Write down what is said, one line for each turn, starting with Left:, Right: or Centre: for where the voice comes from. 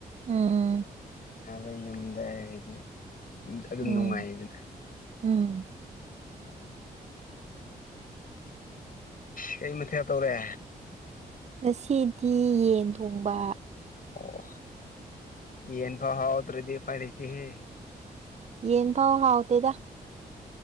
Right: ꯎꯥ ꯎꯥ
Left: ꯑꯕ ꯌꯨꯝꯗꯕꯗꯤ ꯑꯗꯨꯝ
Right: ꯎꯝ
Left: ꯅꯨꯡꯉꯥꯏꯗꯅ
Right: ꯎꯝ
Left: ꯎꯝ ꯀꯩ ꯃꯊꯌꯥ ꯇꯧꯔꯦ
Right: ꯉꯁꯤꯗꯤ ꯌꯦꯟ ꯊꯣꯡꯕ
Left: ꯑꯣ ꯌꯦꯟ ꯐꯥꯎ ꯍꯥꯎꯇ꯭ꯔꯗꯤ ꯎꯄꯥꯏ ꯂꯩꯇꯦꯍꯦ
Right: ꯌꯦꯟ ꯐꯥꯎ ꯍꯥꯎꯇꯦꯗ